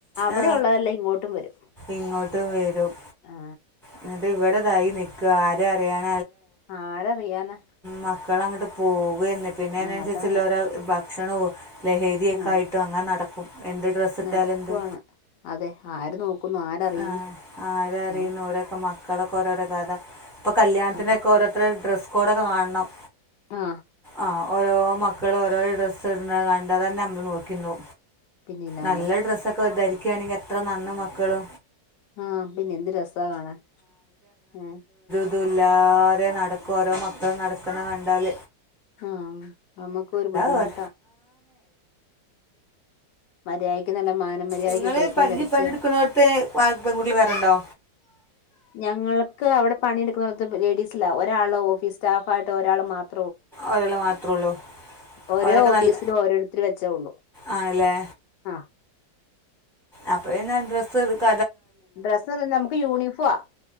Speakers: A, on the left (about 75°); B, in the centre.
A: അവിടെ
B: ആ
A: ഉള്ളതെല്ലാം ഇങ്ങോട്ടും വരും
B: ഇങ്ങോട്ടും വരും
A: ആ
B: എന്നിട്ട് ഇവിടെ തായി നിൽക്കുക ആര അറിയൻ
A: ആരറിയാന
B: മക്കള അങ്ങോട്ട് പോകും ഉന്നെ പിന്നെ
A: ആ
B: അതിനനുസരിച്ചുള്ളാക്ക
A: അതാണ്
B: കക്ഷണവും ലഹരിയൊക്ക
A: ആ
B: ആയിട്ട് അങ്ങനെ നട എന്ത് ഡ്രസ്സ് ഇട്ടാല
A: നടക്കുവാണ്
B: എന്ത്
A: അതെ ആര് നോക്കുന്നു ആരറിയുന്നു
B: ആ ആര അറിയുന്നു
A: ഏ
B: രൊക്കെ മളക്ക ഓരോടെ കഥ ഇപ്പൊ കല്യാത്തിനൊക്കെ
A: അതെ
B: രോരു ഡ്രസ് കോഴിക്കോട് ഒക്കെ കാണണം
A: ആ
B: ആഹ ഓരോ മക്കൾ ഓരോ ഡ്രസ്സ് ഇടുന്നത് കണ്ട തന്നെ നമ്മർ നോക്കിക്കുന്നു
A: പിന്നില്ലാണ്ട്
B: നല്ല ഡ്രസ്സൊക്കെ വതായിരിക്ക ക്കയാണെങ്കിൽ എത്ര നന്ന മക്കള്
A: ആപിന്നെ എന്ത് രസ കാണാ ഉം
B: അതുല്ലാാരെ നടാകും ഇപ്പോൾ ഓരോ മക്കളും നടക്കണ ക ണ്ടാൽ
A: ആഹ നമ്മക്ക് ഒരു ബുദ്ധിമുട്ടാ
B: പറ
A: മര്യാദയ്ക്ക് നല്ല മാനം മര്യാദയ്ക്ക്
B: നിങ്ങള്
A: ഡ്രസ്സും
B: പനിച
A: ധരിച്ച്
B: പണി എടുക്കുന്നോടത്തെ പെൺകുട്ടികള വേറേണ്ടോ
A: ഞങ്ങൾക്ക് അവിടെ പണിയെടുക്കുന്ന ലേഡീസല്ല ഒരാള് ഓഫീസ് സ്റ്റാഫ് ആായിട്ട് ഒരാൾ മാത്ര
B: ഒരാൾ മാത്രേ ഉള്ളൂ
A: ഓരോ
B: അവരൊക്കെ
A: ഓഫീസിലും
B: നല്ല
A: ഓരോരുത്തര് വെച്ചേ ഉള്ളൂ
B: ആണല്ലേ
A: ആഹ്
B: അപ്പാപിന്നെ ഡ്രസ്സ് എടുക്ക
A: ഡ്രസ്സ്ന്ന് ഇല്ല നമുക്ക് യൂണിഫോം ആ